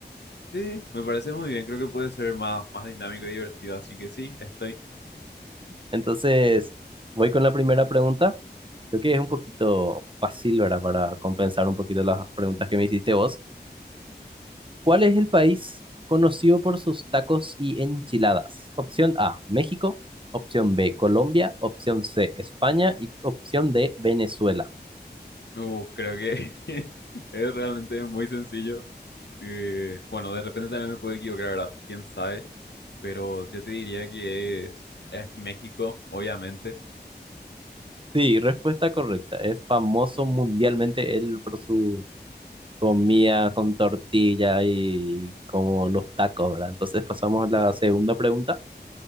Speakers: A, on the left; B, on the right.
A: Sí, me parece muy bien, creo que puede ser más, más dinámico y divertido, así que sí, estoy.
B: Entonces, voy con la primera pregunta. Creo que es un poquito fácil, ¿verdad? Para compensar un poquito las preguntas que me hiciste vos. ¿Cuál es el país conocido por sus tacos y enchiladas? Opción A, México. Opción B, Colombia. Opción C, España. Y opción D, Venezuela.
A: Uf, creo que <laughs> es realmente muy sencillo. eh, bueno, de repente también me puedo equivocar, ¿verdad? ¿Quién sabe? Pero yo te diría que es, es México, obviamente.
B: Sí, respuesta correcta. Es famoso mundialmente él por su comida con tortilla y como los tacos, ¿verdad? Entonces pasamos a la segunda pregunta.